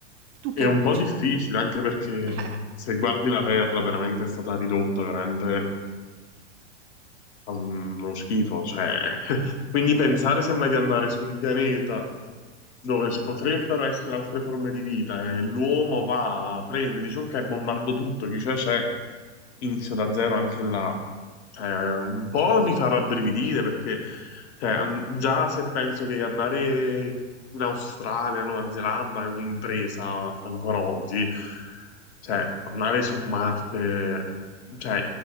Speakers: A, on the right (about 30°); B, on the left (about 65°).
A: Tu
B: è
A: che
B: un
A: dici?
B: po' difficile, anche perché
A: <laughs>
B: se guardi la Terra veramente è stata ridotta veramente Mm, Uno schifo, cioè. <laughs> Quindi pensare sembra di andare su un pianeta dove ci potrebbero essere altre forme di vita e l'uomo va, prende, dice ok, bombardo tutto, chi c'è c'è, inizio da zero anche là. Cioè, un po' mi fa rabbrividire perché cioè, an- già se penso che andare in Australia, Nuova Zelanda è un'impresa ancora oggi, cioè, andare su Marte, cioè,